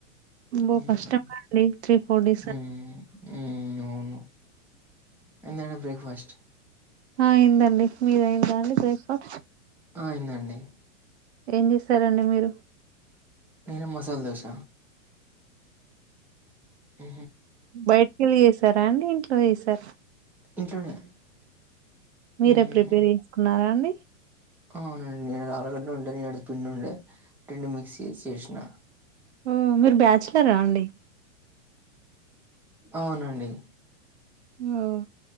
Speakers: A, on the right; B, in the centre.
A: బ
B: హ్మ్.
A: కష్టమడి త్రీ ఫోర్ డేస్
B: హ్మ్.
A: అ
B: హ్మ్ అవును ఎ <unintelligible> బ్రేక్ఫాస్ట్
A: ఆ అయిందండి మీర అయి్యందా అండి బ్రేక్ఫాస్ట్
B: ఆ అయింది అండి
A: ఏం చేస్తారండి మీరు
B: నేనా మసాలా దోశ అ
A: బైట్ కేలి చేస బండ్ ఇంట్లో చేసారు
B: ఇంట్లోనే
A: మీరే
B: హ్మ్.
A: ప్రిపేర్ చేసుకున్నారాడి యి
B: అవునండి నేను ఆలగడ్డ ఉండే నిన్నటిది పిండి ఉండే రెండు మిక్సీ చేసేసిన
A: ఓ మీరు బ్యాచలరా అండి
B: అవునండి
A: ఓ